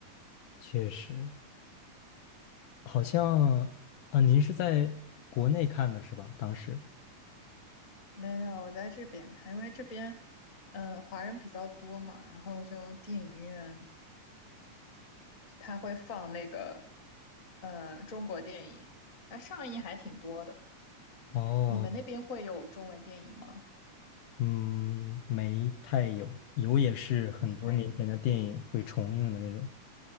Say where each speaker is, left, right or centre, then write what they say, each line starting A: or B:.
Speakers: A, on the left; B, on the left.
A: 确实，好像啊，您是在国内看的是吧？当时
B: 没有，我在这边看，因为这边，嗯、华人比较多嘛，然后就电影院它会放那个，呃，中国电影，那上映还挺多的。
A: 哦，
B: 你们那边会有中文电影吗？
A: 嗯，没太有，有也是很多年前的电影会重映的那种，
B: 没太有